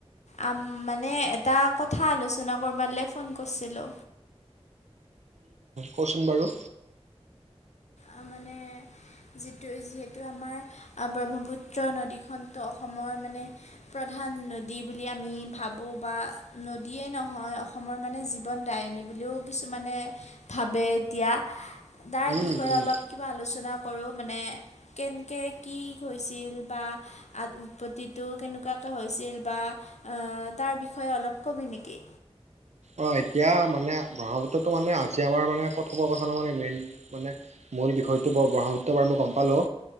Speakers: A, on the left; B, on the right.
A: আম মানে এটা কথা আলোচনা কৰবালে ফোন কৰিছিলো।
B: কওচোন বাৰু।
A: আ মানে যি যিহেতু আমাৰ ব্ৰহ্মপুত্ৰ নদীখনতো অসমৰ মানে প্ৰধান এখন নদী বুলি আমি ভাবোঁ বা নদীয়ে নহয় অসমৰ মানে জীৱন দায়িনী। কিছুমানে ভাবে এতিয়া তাৰ
B: উম,
A: বিষয়ে
B: উম,
A: অলপ কিবা আলোচনা কৰোঁ মানে কেনকে কি হৈছিল বা উৎপত্তিটো কেনেকুৱা হৈছিল, বা তাৰ বিষয়ে অলপ ক'বি নেকি?
B: অ এতিয়া মানে ব্ৰহ্মপুত্ৰতটো মানে আজি আমাৰ মানে কথপকথনৰ মানে মেইন মানে মূল বিষয়টো বৰ ব্ৰহ্মপুত্ৰবাৰ মই গম পালোঁ।